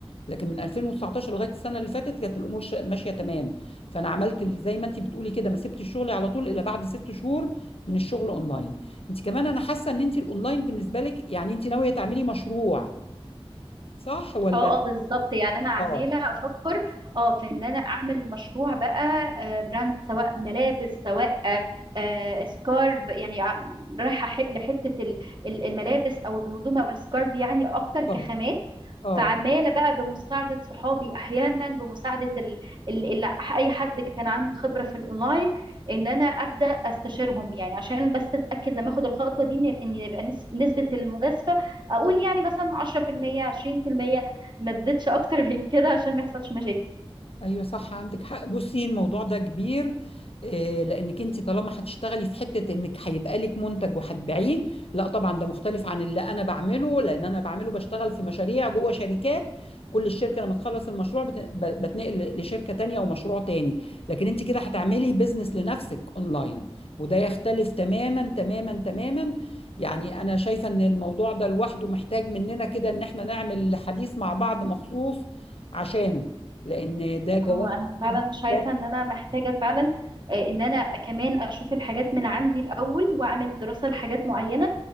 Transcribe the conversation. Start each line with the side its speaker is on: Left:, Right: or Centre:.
Left: لكن من 2019 لغايه السنه اللي فاتت كانت الامور شا- ماشيه تمام فانا عملت ال- زي ما انت بتقولي كده ما سبتش شغلي على طول الا بعد ست شهور من الشغل اونلاين انت كمان انا حاسه ان انت الاونلاين بالنسبه لك يعني انت ناويه تعملي مشروع صح ولا
Right: اه اه بالظبط يعني انا عمالة
Left: اه
Right: افكر اه في ان انا اعمل مشروع بقى آه، براند سواء ملابس سواء آه، آه، سكارف يعني عم- رايحة ح- لحتة ال- ال- الملابس او الهدوم او السكارف يعني اكتر كخامات
Left: اه اه
Right: فعماله بقى بمساعده صحابي احيانا بمساعده ال... ال... ال... اي حد كان عنده خبره في الاونلاين ان انا ابدا استشيرهم يعني عشان بس اتاكد لما اخد الخطوه دي ان إن يبقى نس- نسبه المجازفه اقول يعني مثلا 10% 20% ما تزيدش اكتر من كده عشان ما يحصلش مشاكل
Left: ايوه صح عندك حق بصي الموضوع ده كبير آه، لانك انت طالما هتشتغلي في حته انك هيبقى لك منتج وهتبيعيه لا طبعا ده مختلف عن اللي انا بعمله لان انا بعمله بشتغل في مشاريع جوه شركات كل الشركه لما تخلص المشروع بت- ب- بتنقل لشركه تانية ومشروع تاني لكن انت كده هتعملي بيزنس لنفسك اونلاين وده يختلف تماما تماما تماما يعني انا شايفه ان الموضوع ده لوحده محتاج مننا كده ان احنا نعمل حديث مع بعض مخصوص عشانه لان ده جوانب
Right: اه انا فعلا
Left: كتير
Right: شايفه
Left: جداً.
Right: ان انا محتاجه فعلا آه، ان انا كمان اشوف الحاجات من عندي الاول واعمل دراسه لحاجات معينه